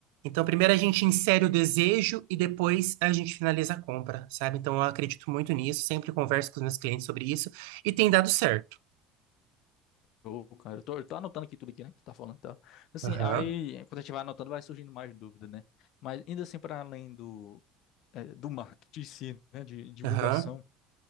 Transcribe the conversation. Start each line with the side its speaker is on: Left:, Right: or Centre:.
Right: Então, primeiro a gente insere o desejo e depois a gente finaliza a compra, sabe? Então, eu acredito muito nisso, sempre converso com os meus clientes sobre isso e tem dado certo.
Left: Ô, cara, eu tô, eu tô anotando aqui tudo aqui, né? Que tu tá falando e tal. Assim,
Right: Aham,
Left: aí, quando a gente vai anotando, vai surgindo mais dúvida, né? Mas ainda assim, para além do, é, do marketing em si, né? De divulgação,
Right: aham,